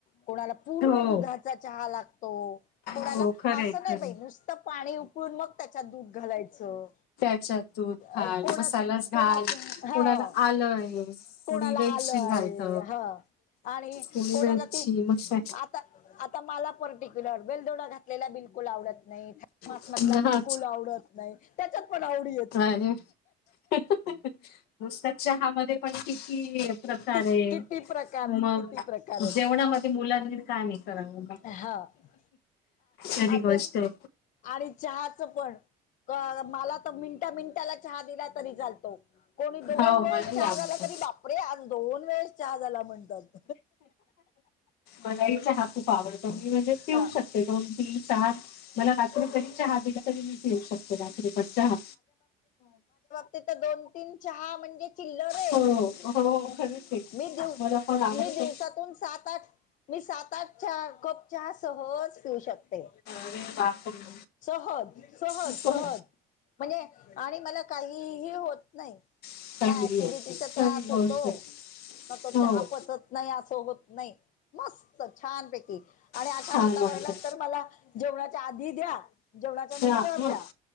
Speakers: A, on the left (about 50°); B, on the left (about 70°).
A: कोणाला पूर्ण
B: हो
A: दुधाचा चहा लाग तो कोणाला
B: हो खरंय
A: असं
B: खरंय
A: नाही बाई नुसतं पाणी उकळून मग त्याच्यात दूध घालायचं
B: त्याच्यात दूध
A: अ,
B: घाल
A: कोणाचं
B: मसालाच
A: कोणाचं
B: घाल
A: हा
B: कोणाला आलं आहे
A: कोणाला
B: कुणी वेलची
A: आलंय
B: घालत
A: ह आणि
B: कुणी
A: कोणाला
B: वेलची
A: ती
B: मग श
A: आता आता मला पर्टिक्युलर बेलदोडा घातलेला बिलकुल आवडत नाही मासमतला
B: काय
A: बिलकुल आवडत नाही त्याच्यात पण आवडीये
B: <unintelligible> नुसता चहा मध्ये पण किती प्रकारये
A: कि किती प्रकार आहेत
B: मग
A: किती प्रकार आहेत
B: जेवणामध्ये मुलांनी का नाही कराव
A: हा
B: खरी
A: आता
B: गोष्टय
A: आणि चहाचं पण मला तर मिनटा मिनटा ला चहा दिला तरी चालतो कोणी दोन
B: हो
A: वेळेस
B: मलाही
A: चहा
B: आवडतं
A: झाला तरी बापरे आ ज दोन वेळेस चहा झाला म्हणतात
B: मलाही चहा खूप आवडतो मी म्हणजे पीऊ
A: हा
B: शकते दोन चार मला रात्री जरी चहा तरी मीे पिऊ शकते रात्रीपण चहा
A: तिथं दोन तीन चहा म्हणजे चिल्लर ये,
B: हो हो खरंच आहे
A: मी दिव
B: मला पण आवडतो
A: मी दिवसातून सात आठ मी सात-आठ चहा कप चहा सहज पिऊ शकते.
B: अरे बापरे!
A: सहज सहज
B: इतकं
A: सहज म्हणजे, आणि मला काहीही होतं नाही.
B: चांगली
A: ना ॲसिडिटीचा
B: असते
A: त्रास
B: खरी गोष्ट
A: होतो,
B: आहे.
A: म तो
B: हो
A: चहा पचत नाही असं होतं नाही, मस्त छानपैकी आणि अशा
B: छान
A: वातावरणात
B: वाटतं
A: तर मला जेवणाच्या आधी द्या, जेवणाच्या नंतर
B: हा हा
A: द्या.